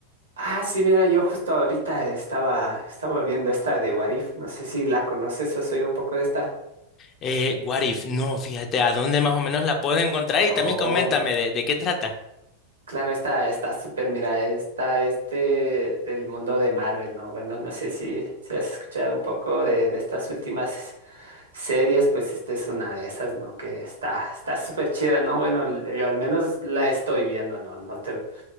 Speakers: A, on the right; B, on the left.
A: Ah, sí, mira, yo justo ahorita estaba, estaba viendo esta de Warif. No sé si la conoces o has oído un poco de esta.
B: Eh, What If, no, fíjate, ¿a dónde más o menos la puedo encontrar?
A: Oh,
B: Y también coméntame de, de qué trata.
A: claro, esta está súper, mira, está este del mundo de Marvel, ¿no? Bueno, no sé si, si has escuchado un poco de, de estas últimas. Series, pues esta es una de esas, ¿no? Que está, está súper chida, ¿no? Bueno, l- yo al menos la estoy viendo, ¿no? No te,